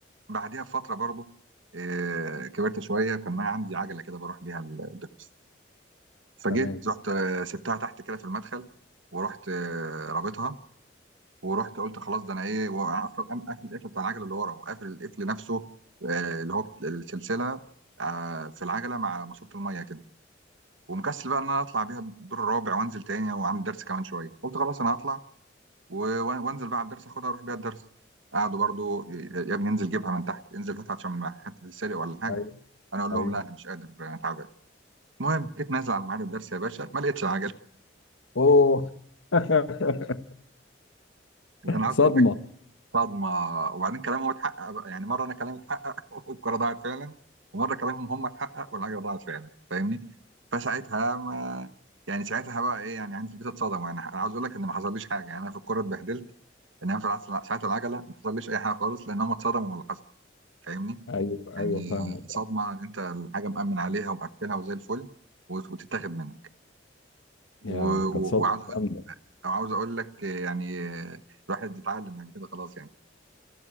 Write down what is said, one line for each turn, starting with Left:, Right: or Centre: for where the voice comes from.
Right: بعديها بفتره برضو آه، كبرت شويه كان معايا عندي عجله كده بروح بيها الدروس فجيت
Left: تمام
Right: رحت آه، سبتها تحت كده في المدخل ورحت آه، رابطها ورحت قلت خلاص ده انا ايه وانا اصلا قام قافل القفل بتاع العجله اللي ورا وقافل القفل نفسه آه، اللي هو بت- السلسله آه، في العجله مع ماسوره الميه كده ومكسل بقى ان انا اطلع بيها الدور الرابع وانزل تاني وعندي درس كمان شويه قلت خلاص انا هطلع و- وانزل بقى على الدرس اخدها اروح بيها الدرس قعدوا برضو يا ابني انزل جيبها من تحت انزل هاتها عشان ما حد سرق ولا حاجه
Left: ايوه
Right: انا اقول لهم
Left: ايوه
Right: لا انا مش قادر انا تعبان المهم جيت نازل على ميعاد الدرس يا باشا ما لقيتش العجله
Left: اوه <laughs>
Right: <laughs> انا عاوز
Left: صدمه
Right: اقول لك صدمه وبعدين كلامهم اتحقق بقى يعني مره انا كلامي اتحقق <laughs> والكره ضاعت فعلا ومره كلامهم هم اتحقق والعجله ضاعت فعلا فاهمني فساعتها ما يعني ساعتها بقى ايه يعني عندي في البيت اتصدم يعني انا عاوز اقول لك ان ما حصليش حاجه يعني انا في الكوره اتبهدلت انما في العصر ساعه العجله ما حصليش اي حاجه خالص لان هم اتصدموا من اللي حصل فاهمني
Left: ايوه
Right: يعني
Left: ايوه فاهمك
Right: صدمه ان انت الحاجه مأمن عليها ومقفلها وزي الفل وت- وتتاخد منك
Left: يا
Right: و- و-
Left: كانت صدمه
Right: وعاوز اقول
Left: جامده
Right: وعاوز اقول لك يعني الواحد اتعلم بعد كده خلاص يعني